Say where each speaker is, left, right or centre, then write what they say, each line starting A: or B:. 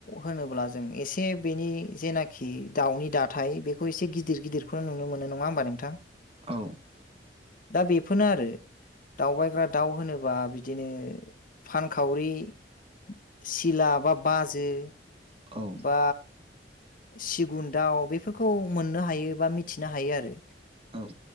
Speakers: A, on the left; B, on the right.
A: होनोब्ला जों एसे बेनि जेनाखि दाउनि दाथाय बेखौ एसे गिदिर गिदिर खौ नुनो मोनो नङा होमबा नोंथां?
B: औ।
A: दा बेफोरनो आरो दावबायग्रा दाउ होनोबा बिदिनो फानखावरि, सिला, बा बाजो
B: औ।
A: बा सिगुन दाउ बेफोरखौ मोननो हायो बा मिथिनो हायो आरो।
B: औ।